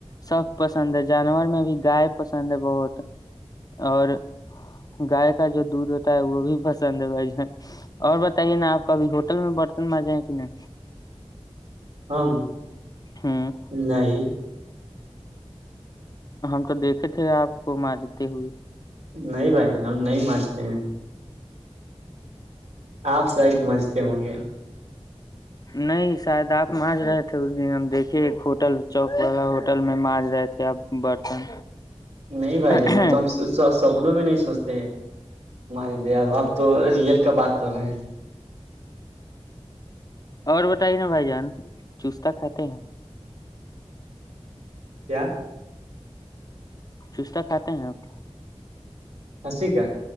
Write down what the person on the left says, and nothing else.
سب پسند ہے جانور میں بھی گائے پسند ہے بہت اور گائے کا جو دودھ ہوتا ہے وہ بھی پسند ہے بھائی جان اور بتائیے نا آپ کبھی ہوٹل میں برتن مانجے ہیں کہ نہیں
ہ
ہم تو دیکھے تھے آپ کو مانجتے ہوئے
نہیں شاید آپ مانج رہے تھے اس دن ہم دیکھے ایک ہوٹل چوک والا ہوٹل میں مانج رہے تھے آپ برتن
اور
اور بتائی نا بھائی جان چستتا کھاتے ہیں <inaudible>
چستا کھاتے ہیں آپ